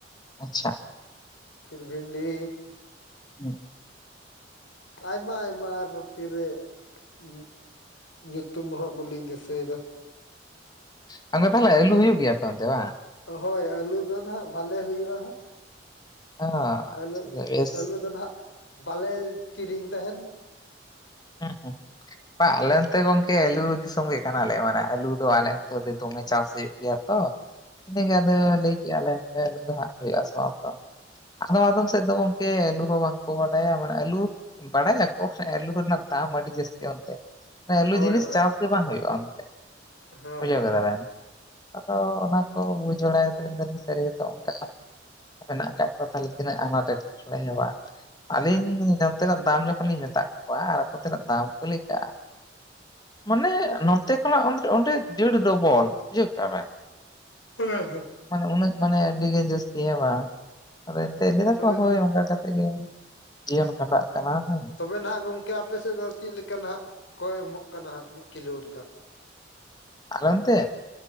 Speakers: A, on the left; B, on the left.
A: ᱟᱪᱪᱷᱟ।
B: ᱯᱷᱤᱨ ᱵᱷᱤᱱᱰᱤᱻ
A: ᱦᱩᱸ
B: ᱟᱭᱢᱟ ᱟᱭᱢᱟ ᱟᱨᱦᱚ ᱯᱷᱤᱨᱮ ᱧᱩ ᱧᱩᱛᱩᱢ ᱦᱚᱸ ᱵᱟᱹᱞᱤᱧ ᱫᱤᱥᱟᱹᱭᱮᱫᱟ।
A: ᱦᱮᱸᱦᱮᱸ ᱟᱫᱚ ᱛᱟᱦᱟᱞᱮ ᱟᱹᱞᱩ ᱦᱩᱭᱩᱜ ᱜᱮᱭᱟ ᱟᱯᱮ ᱚᱱᱛᱮ ᱵᱟᱝ?
B: ᱦᱳᱭ, ᱟᱹᱞᱩ ᱫᱚ ᱱᱟᱦᱟᱜ ᱵᱷᱟᱞᱮ ᱦᱩᱭᱩᱜᱼᱟ ᱦᱟᱸᱜ।
A: ᱚ ᱟᱪᱪᱷᱟ
B: ᱟᱹᱞᱩᱜ,
A: ᱟᱪᱪᱷᱟ ᱵᱮᱥ
B: ᱟᱹᱞᱩ ᱫᱚ ᱱᱟᱦᱟᱜ ᱵᱟᱞᱮ ᱠᱤᱨᱤᱧ ᱛᱟᱦᱮᱱ।
A: ᱦᱮᱸ ᱦᱮᱸ। ᱵᱟᱝ ᱟᱞᱮ ᱱᱚᱱᱛᱮ ᱜᱚᱢᱠᱮ ᱟᱹᱞᱩ ᱫᱤᱥᱚᱢ ᱜᱮ ᱠᱟᱱᱟ, ᱟᱞᱮᱭᱟᱜ ᱢᱟᱱᱮ ᱟᱞᱩ ᱫᱚ ᱟᱞᱮ ᱱᱚᱛᱮ ᱫᱚ ᱫᱚᱢᱮ ᱪᱟᱥ ᱦᱩᱭᱩᱜ ᱜᱮᱭᱟ। ᱛᱚ, ᱤᱱᱟᱹᱜᱮ ᱟᱫᱚ
B: ᱦᱳᱭ ᱦᱳᱭ
A: ᱞᱟᱹᱭ ᱠᱮᱜᱼᱟ ᱞᱮ ᱡᱮ ᱟᱞᱩ ᱫᱚ ᱦᱟᱸᱜ ᱦᱩᱭᱩᱜᱼᱟ ᱥᱮ ᱵᱟᱝ ᱟᱯᱮ ᱚᱱᱛᱮ ᱟᱫᱚᱢ ᱟᱫᱚᱢ ᱥᱮᱫ ᱫᱚ ᱜᱚᱝᱢᱮ ᱟᱹᱞᱩ ᱦᱚᱸ ᱵᱟᱝ ᱠᱚ ᱵᱟᱰᱟᱭᱟ, ᱢᱟᱱᱮ ᱟᱹᱞᱩ ᱵᱟᱲᱟᱭᱟ ᱠᱚ ᱦᱮᱸᱜ ᱮᱸ ᱟᱹᱞᱩ ᱨᱮᱱᱟᱜ ᱫᱟᱢ ᱟᱹᱰᱤ ᱡᱟᱹᱥᱛᱤ ᱚᱱᱛᱮ। ᱮᱸ ᱟᱹᱞᱩ
B: ᱦᱳᱭ
A: ᱡᱤᱱᱤᱥ
B: ᱦᱳᱭ
A: ᱪᱟᱥ ᱜᱮ ᱵᱟᱝ ᱦᱩᱭᱩᱜᱼᱟ ᱚᱱᱛᱮ,
B: ᱦᱳᱭ
A: ᱵᱩᱡᱷᱟᱹᱣ
B: ᱦᱳᱭ
A: ᱠᱮᱫᱟ ᱵᱮᱱ? ᱟᱫᱚ ᱚᱱᱟ ᱠᱚ ᱵᱩᱡᱽ ᱵᱟᱲᱟ ᱠᱟᱛᱮ ᱢᱮᱱᱫᱟᱞᱤᱧ ᱥᱟᱹᱨᱤ ᱜᱮᱛᱚ ᱚᱱᱠᱟ ᱢᱮᱱᱟᱜ ᱠᱟᱜ ᱠᱚᱣᱟ ᱛᱟᱦᱟᱞᱮ ᱛᱤᱱᱟᱹᱜ ᱟᱸᱱᱟᱴ ᱮᱴᱠᱮᱴᱚᱬᱮ ᱦᱮᱸ ᱵᱟᱝ? ᱟᱞᱤᱧ ᱱᱚᱱᱛᱮᱱᱟᱜ ᱫᱟᱢ ᱡᱚᱠᱷᱚᱱ ᱞᱤᱧ ᱢᱮᱛᱟᱜ ᱠᱚᱣᱟ, ᱟᱨ ᱟᱠᱚ ᱚᱱᱛᱮᱱᱟᱜ ᱫᱟᱢ ᱠᱚ ᱞᱮ ᱠᱮᱜᱼᱟ ᱢᱟᱱᱮ ᱱᱚᱱᱛᱮ ᱠᱷᱚᱱᱟᱜ <unintelligible> ᱚᱸᱰᱮ ᱫᱮᱲ ᱰᱚᱵᱚᱞ ᱵᱩᱡᱷᱟᱹᱣ ᱠᱮᱜᱼᱟ ᱵᱮᱱ᱾
B: ᱦᱮᱸ ᱦᱮᱸ᱾
A: ᱢᱟᱱᱮ ᱩᱱᱟᱹᱜ ᱢᱟᱱᱮ ᱟᱹᱰᱤ ᱜᱮ ᱡᱟᱹᱥᱛᱤ ᱦᱮᱸ ᱵᱟᱝ, ᱟᱫᱚ ᱮᱱᱛᱮ ᱞᱟᱹᱭ ᱫᱟᱠᱚ
B: ᱛᱚᱵᱮ
A: ᱦᱳᱭ ᱚᱱᱠᱟ ᱠᱟᱛᱮ ᱜᱮ ᱡᱤᱭᱚᱱ ᱠᱷᱟᱸᱰᱟᱜ ᱠᱟᱱᱟ ᱦᱮᱸᱻ।
B: ᱛᱚᱵᱮ ᱱᱟᱦᱱᱟᱜ ᱜᱚᱠᱮ ᱟᱯᱮᱥᱮᱫ ᱫᱚ ᱪᱮᱫ ᱞᱮᱠᱟ ᱱᱟᱦᱟᱜ ᱠᱚ ᱮᱢᱚᱜ ᱠᱟᱱᱟ ᱦᱟᱸᱜ ᱢᱤᱫ ᱠᱤᱞᱳ ᱨᱮᱫᱚ?
A: ᱟᱞᱮ ᱚᱱᱛᱮ